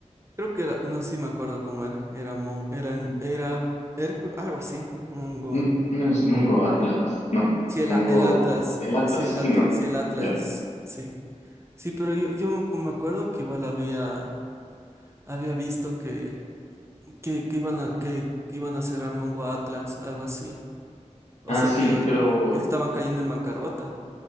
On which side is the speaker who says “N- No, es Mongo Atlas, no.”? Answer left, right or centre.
Left